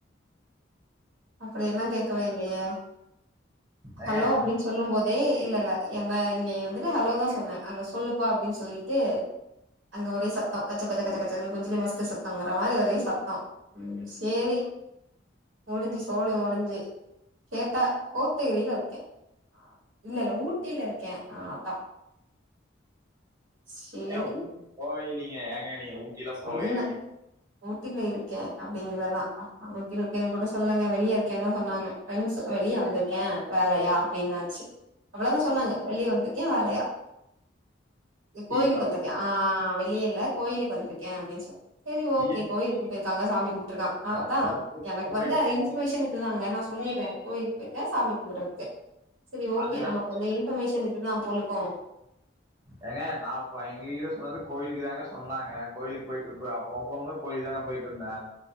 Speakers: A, on the right; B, on the right.
A: அப்டி எல்லா கேட்கவே இல்லயே
B: ஏங்க
A: ஹலோ அப்டின்
B: நான்
A: சொல்லம்போது இல்ல இல்ல எல்லா இங்க வந்துட்டு ஹலோதா சொன்ன அங்க சொல்லுப்பா அப்டின் சொல்லிட்டு அங்க ஒரே சத்சோ கச்ச கச்ச கச்ச கஜ னு குஜ்லி மஸ்து சத்தம்ங்குற மாரி ஒரே சத்சோ சேரி முடிஞ்சு சோலி முடிஞ்சு கேட்டா கோத்தகிரில இருக்கே இல்ல இல்ல ஊட்டில இருக்கே அ அதா சேரி
B: ஏங்க ஊட்டி போவே இல்லைங்க ஏங்க நீங்க ஊட்டி எல்லா
A: சொன்னே
B: போவே இல்லைங்க
A: ஊட்டில இருக்கே அப்படிங்கிறதா ஊட்டில இருக்கேன் கூட சொல்லலங்க வெளிய இருக்கேன்தா சொன்னாங்க ஃப்ரெண்ட்ஸ் வெளிய வந்திருக்கே வேலையா அப்படின்னாச்சு அவ்ளதா சொன்னாங்க வெளிய வந்திருக்கே வேலையா
B: டீ
A: கோயிலுக்கு
B: சாப்
A: வந்திருக்கே ஆ வெளியல்ல கோயிலுக்கு வந்திருக்கே அப்டின் சொன்னா சரி ஓகே
B: டீ
A: கோயிலுக்கு இருக்காங்க சாமி கும்பிட்ருக்கா அ
B: அப்பெல்லாம்
A: அதா
B: திரும்ப
A: எனக்கு
B: போயிட்டு
A: வந்த இன்ஃபர்மேஷன் இதுதாங்க நா சொல்லிர்றே கோயிலுக்கு போயிருக்கா சாமி கும்படுறதுக்கு சரி ஓகே
B: அதுதான்
A: நமக்கு வந்த இன்ஃபர்மேஷன் இதுதா போலுக்கு
B: ஏங்க நா ப எங்க கிட்ட சொன்னது கோயிலுக்கு தாங்க சொன்னாங்க கோயிலுக்கு போய்ட்டு அப்பவு கோயிலுக் குதாங்க போயிட்ருந்தே